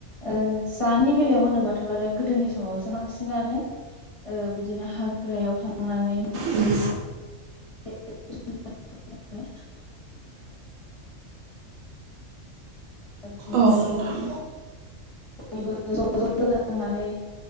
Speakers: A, on the left (about 30°); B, on the right (about 80°).
A: ओ जानि बेलायाव होनोबाथ' आरो गोदोनि समाव जों बांसिनानो ओ बिदिनो हाग्रायाव थांनानै
B: ओम।
A: <unintelligible> <unintelligible> बिदिनो
B: औ
A: <unintelligible>
B: नोंथां
A: बयबो ज ज लोगो नां नांनानै